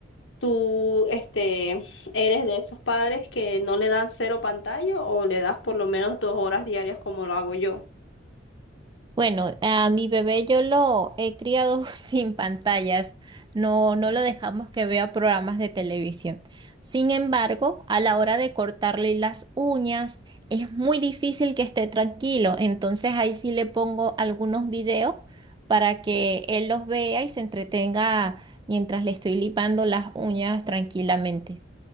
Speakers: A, on the left; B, on the right.
A: tú, este, eres de esos padres que no le dan cero pantalla o le das por lo menos dos horas diarias como lo hago yo.
B: Bueno, a mi bebé yo lo he criado <laughs> sin pantallas, no, no lo dejamos que vea programas de televisión. Sin embargo, a la hora de cortarle las uñas, es muy difícil que esté tranquilo. Entonces ahí sí le pongo algunos videos para que él los vea y se entretenga mientras le estoy lipando las uñas tranquilamente.